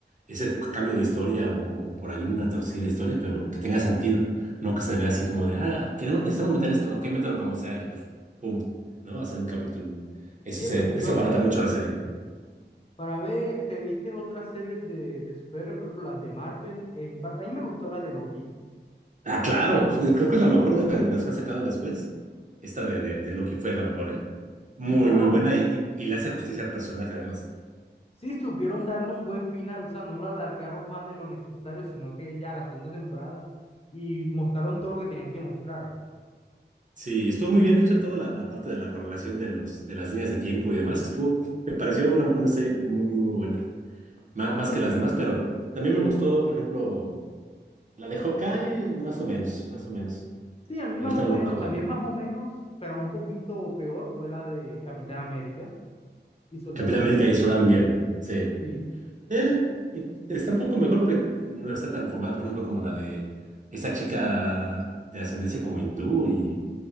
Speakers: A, on the right; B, on the left.
A: ese cambio de historia o, por ahí una torcida de historia, pero que tenga sentido, no que se vea así como de, ah, ah, queremos, necesitamos meter esto, ok, mételo como sea y pf, pum, ¿no? Hacer un capítulo. Eso
B: Sí,
A: se,
B: efectivamente.
A: eso abarata mucho la serie.
B: Para ver, te viste otras series de, de superhéroes, por ejemplo, las de Marvel. En parte, a mí me gustó la de Loki.
A: Ah, claro, creo que es la mejor de la- de las que han sacado después. Esta de, de, de Loki fue la mejor, ¿eh? Muy,
B: Sí, claro.
A: muy buena y, y, y le hace justicia al personaje además.
B: Sí, supieron darle un buen final, o sea, no la alargaron más de lo necesario, sino que ya la segunda temporada y mostraron todo lo que tenían que mostrar.
A: Sí, estuvo muy bien hecha toda la, la parte de la correlación de los, de las líneas de tiempo y demás. Estuvo, me pareció una, una serie muy, muy, muy buena. Más,
B: A mí
A: más
B: también.
A: que las demás, pero también me gustó, por ejemplo, la de Hawkeye, más o menos, más o menos.
B: Sí, a mí
A: Ahorita
B: más o
A: no
B: menos,
A: me acuerdo.
B: también más o menos, pero un poquito peor fue la de Capitán América y Soldado
A: Capitán
B: del...
A: América y el Soldado del Invierno. Sí.
B: Sí.
A: Eh, está un poco mejor porque no está tan fumada, por ejemplo, como la de esta chica de ascendencia como hindú y